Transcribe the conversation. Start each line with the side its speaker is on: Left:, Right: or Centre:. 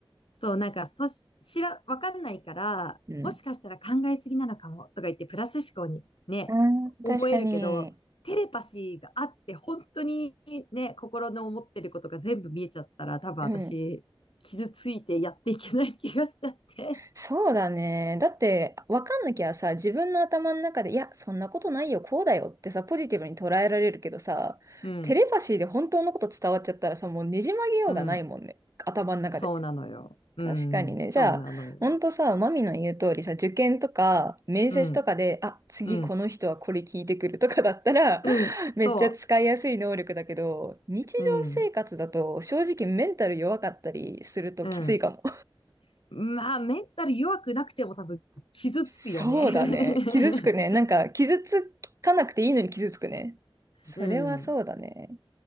Left: そう、なんか、そし、知ら、わかんないから、
Right: うん。
Left: もしかしたら考えすぎなのかもとか言って、プラス思考にね、
Right: うん、
Left: 思えるけど、
Right: 確かに。
Left: テレパシーがあって、本当にね、心の思ってることが全部見えちゃったら、多分私、
Right: うん。
Left: 傷ついてやっていけない気がしちゃって。
Right: そうだね。だって、わかんなきゃさ、自分の頭の中で、いや、そんなことないよ、こうだよってさ、ポジティブに捉えられるけどさ、
Left: うん、
Right: テレパシーで本当のこと伝わっちゃったらさ、もうねじ曲げようがないもんね。
Left: うん、
Right: 頭の中で。
Left: そうなのよ。うん、
Right: 確かにね。
Left: そうなのよ。
Right: じゃあ、ほんとさ、マミの言う通りさ、受験とか、面接とかで、
Left: うん、
Right: あ、次この人はこれ聞いてくるとかだったら、
Left: うん、うん、
Right: <laughs>
Left: そ
Right: めっちゃ使いやすい能力だけど、日常生活だと、
Left: う、うん、
Right: 正直メンタル弱かったりするときついかも。
Left: うん。まあ、メンタル弱くなくても多分傷つくよね。
Right: そうだね。
Left: <laughs>
Right: 傷つくね。なんか、傷つかなくていいのに傷つくね。それはそうだね。
Left: うん。